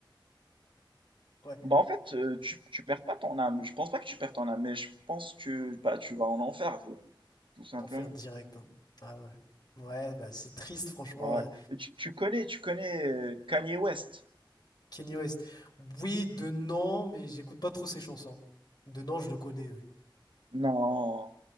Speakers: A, on the left; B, on the right.
A: ouais.
B: Bah en fait, euh, tu, tu perds pas ton âme. Je pense pas que tu perds ton âme, mais je pense que bah, tu vas en enfer, euh, tout simplement.
A: En enfer direct. hein. Ah ouais. Ouais, bah c'est triste, franchement.
B: Ouais.
A: euh,
B: Et Tu, tu connais, tu connais euh, Kanye West?
A: Kanye West. Oui, de non, mais j'écoute pas trop ses chansons. De non, je le connais, oui.
B: Non,